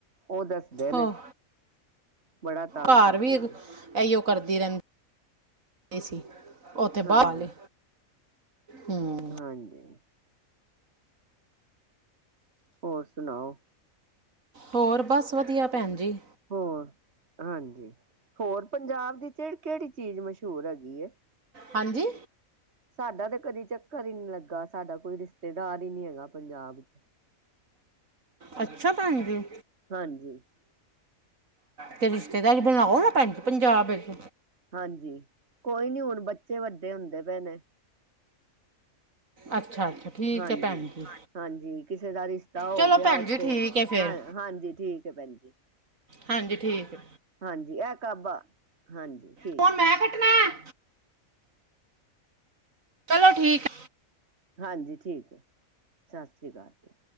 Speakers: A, on the right (about 50°); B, on the right (about 70°).
A: ਉਹ ਦੱਸਦੇ
B: ਹੋ
A: ਨੇ ਬੜਾ ਤੰਗ
B: ਘਰ
A: ਕਰਦੀ
B: ਵੀ
A: ਹੈ
B: ਇਹੀਓ ਕਰਦੀ ਰਹਿੰਦੀ ਸੀ ਉੱਥੇ
A: ਹਾਂਜੀ
B: ਬਾਹਰੇ ਹਮ
A: ਹਾਂਜੀ ਹੋਰ ਸੁਣਾਓ
B: ਹੋਰ ਬਸ ਵਧੀਆ ਭੈਣ ਜੀ
A: ਹੋਰ, ਹਾਂਜੀ ਹੋਰ ਪੰਜਾਬ ਦੀ ਕਿਹੜੀ-ਕਿਹੜੀ ਚੀਜ਼ ਮਸ਼ਹੂਰ ਹੈਗੀ ਹੈ
B: ਹਾਂਜੀ
A: ਸਾਡਾ ਤਾਂ ਕਦੇ ਚੱਕਰ ਹੀ ਨੀ ਲੱਗਾ, ਸਾਡਾ ਕੋਈ ਰਿਸ਼ਤੇਦਾਰ ਹੀ ਨੀ ਹੈਗਾ ਪੰਜਾਬ ਚ
B: ਅੱਛਾ ਭੈਣ ਜੀ
A: ਹਾਂਜੀ
B: ਤੇ ਰਿਸ਼ਤੇਦਾਰੀ ਬਣਾਓ ਨਾ ਭੈਣਜੀ ਪੰਜਾਬ ਵਿੱਚ
A: ਹਾਂਜੀ, ਕੋਈ ਨੀ ਹੁਣ ਬੱਚੇ ਵੱਡੇ ਹੁੰਦੇ ਪਏ ਨੇ
B: ਅੱਛਾ-ਅੱਛਾ ਠੀਕ
A: ਹਾਂਜੀ
B: ਹੈ ਭੈਣ ਜੀ
A: ਹਾਂਜੀ ਕਿਸੇ ਦਾ ਰਿਸ਼ਤਾ ਹੋ
B: ਚਲੋ
A: ਗਿਆ
B: ਭੈਣ
A: ਉੱਥੇ
B: ਜੀ ਠੀਕ ਹੈ ਫਿਰ
A: ਹਾਂ, ਹਾਂਜੀ ਠੀਕ ਹੈ ਭੈਣ ਜੀ
B: ਹਾਂਜੀ ਠੀਕ। ਹੈ
A: ਹਾਂਜੀ, ਇਹ ਕਾਬਾ ਹਾਂਜੀ ਠੀਕ
B: ਫੋਣ ਮੈਂ ਕੱਟਣਾ ਹੈ, ਚਲੋ ਠੀਕ
A: ਹਾਂਜੀ ਠੀਕ ਹੈ, ਸਤਿ ਸ੍ਰੀ ਅਕਾਲ ਜੀ।